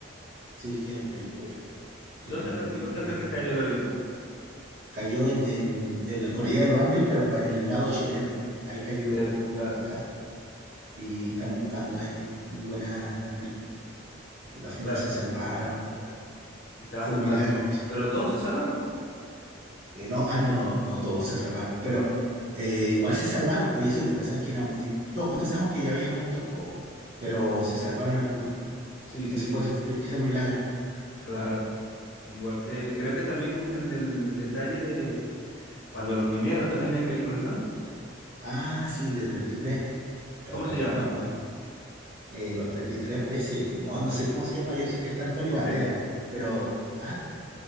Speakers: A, on the right; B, on the left.
A: Sí, tienen películas. tienen
B: ¿Dónde
A: película
B: fue, dónde fue
A: y
B: que cayó el avión?
A: cayó en, en- en la cordillera de los Andes, pero pa- en el lado chileno. Ahí cayó
B: De- claro,
A: acá y están buscando ahí muy buena la película. Al final
B: claro,
A: se salvaron, todo.
B: estaban
A: Fue
B: buscando,
A: un milagro, dice.
B: pero todos se salvaron.
A: Eh, no, ah, no, no, no todos se salvaron, pero eh, igual se salvaron, pues y eso que pensaba que eran- y todos pensamos que ya habían muerto todos, pero se salvaron algunos.
B: Sí, sí,
A: Eso
B: sí,
A: por eso le dicen milagro.
B: claro. Igual que, creo que también el, el detalle de cuando los mineros también hay películas, ¿no?
A: Ah, sí, el de 33, los
B: ¿Cómo
A: 33,
B: se llama?
A: ¿o no? eh, los 33 parece, no, no sé cómo se llama, yo sé que está Antonio
B: <laughs>
A: Bandera, pero, ah,